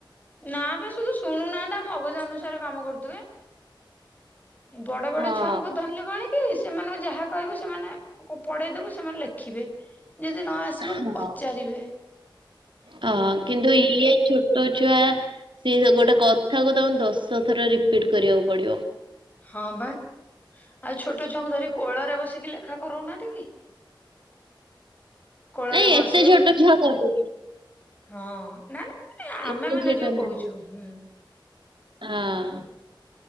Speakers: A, on the left; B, on the right.
A: ନା ପା ସୁଦୁ ଶୁଣୁ ନାହାନ୍ତି ତାଙ୍କ ମଗଜ ଅନୁସାରେ କାମ କରୁଥିବେ ବଡ ବଡ
B: ହଁ
A: ଛୁଆଙ୍କୁ ଧରିଲେ କଣକି କି ସେମାନଙ୍କୁ ଯାହା କହିବୁ ସେମାନେ ପଢେଇ ଦେବୁ ସେମାନେ ଲେଖିବେ ଯଦି ନ ଆସିବ
B: ହଁ
A: କ -ଚାରିବେ
B: ହଁ କିନ୍ତୁ ଇଏ ଛୋଟ ଛୁଆ ସେ ଗୋଟେ କଥାକୁ ତାଙ୍କୁ ଦଶ ଥର ରିପିଟ୍ କରିବାକୁ ପଡ଼ିବ
A: ହଁ ବା ଆଉ ଛୋଟ ଛୁଆଙ୍କୁ ଧରି କୋଳରେ ବସିକି ଲେଖା କରଉନାହାନ୍ତି କି କୋଳରେ
B: ନାଇଁ
A: ବସେଇବୁ
B: ଏତେ ଛୋଟ ଛୁଆ କରୁନି
A: ହଁ ନା ନା ମାନେ ଆମେ
B: ଏତେ
A: ମାନେ
B: ଛୋଟ
A: ଯୋଉ
B: ନାହାନ୍ତି।
A: କହୁଛୁ ହୁଁ
B: ହଁ